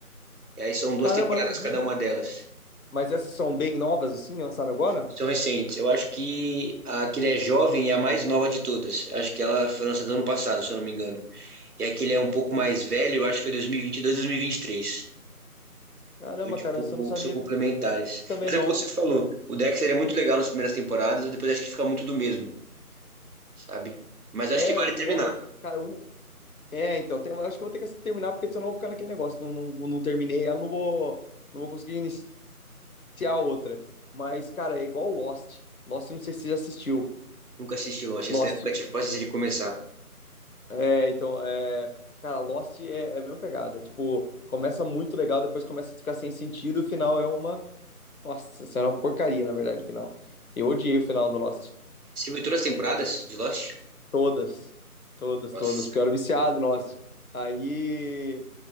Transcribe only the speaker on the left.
Caramba,
eu não vi.
Mas essas são bem novas, assim, lançaram agora?
Caramba,
cara, essa eu não sabia
também,
não.
É,
o
igual. é, Cara, um- é, então, tem- eu acho que eu vou ter que terminar, porque senão eu vou ficar naquele negócio. Não, não, não terminei ela, não vou, não vou conseguir iniciar outra. Mas, cara, é igual Lost. Lost, não sei se você já assistiu.
Lost.
É, então, é. Cara, Lost é, é a mesma pegada. Tipo, começa muito legal, depois começa a ficar sem sentido, o final é uma. Nossa, isso é uma porcaria, na verdade, o final. Eu odiei o final do Lost.
Todas, todas,
todas, porque eu era viciado, nossa. Aí,